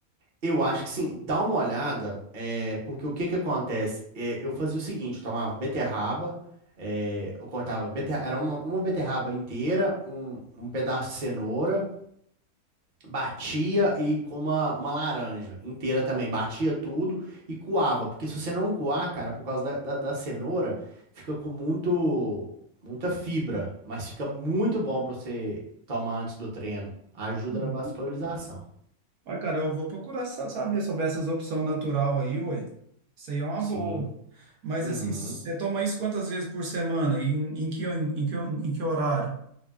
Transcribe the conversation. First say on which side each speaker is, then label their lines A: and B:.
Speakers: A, on the right; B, on the right.
A: eu acho que sim. Dá uma olhada, é, porque o que que acontece? É, eu fazia o seguinte, eu tomava beterraba, é, eu cortava beterraba, era uma, uma beterraba inteira, um, um pedaço de cenoura, Batia e com uma, uma laranja inteira também. Batia tudo e coava. Porque se você não coar, cara, por causa da, da, da cenoura, fica com muito, muita fibra. Mas fica muito bom pra você tomar antes do treino. Ajuda
B: Uhum.
A: na vascularização.
B: Uai, cara, eu vou procurar sa- saber sobre essas opções natural aí, uai. Isso aí é uma
A: Sim.
B: boa. Mas
A: Uhum.
B: assim, você toma isso quantas vezes por semana? E Em, em que, em, que, em que horário?